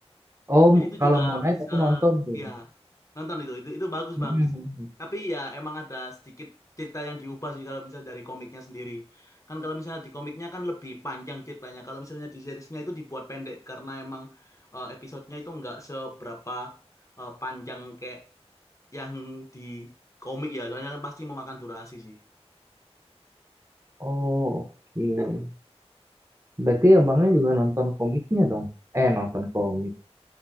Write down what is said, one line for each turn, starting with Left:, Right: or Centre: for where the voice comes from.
Right: Oh,
Left: Jadi
Right: m-
Left: itu
Right: kalau
Left: juga
Right: Moon Knight aku
Left: eh,
Right: nonton tuh.
Left: ya nonton itu, itu itu bagus
Right: Mm.
Left: bang. Tapi ya emang ada sedikit cerita yang diubah sih kalau misalnya dari komiknya sendiri. Kan kalau misalnya di komiknya kan lebih panjang ceritanya. Kalau misalnya di seriesnya itu dibuat pendek karena emang eh, episodenya itu nggak seberapa eh, panjang kayak yang di komik ya. Soalnya kan pasti memakan durasi sih.
Right: Oh, oke. Berarti abangnya juga nonton komiknya dong. Eh, nonton komik.